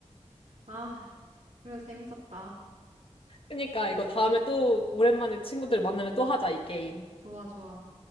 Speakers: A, on the right; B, on the left.
A: 아, 그래, 재밌었다.
B: 그러니까 이거 다음에 또 오랜만에 친구들 만나면 또 하자, 이 게임.
A: 좋아, 좋아.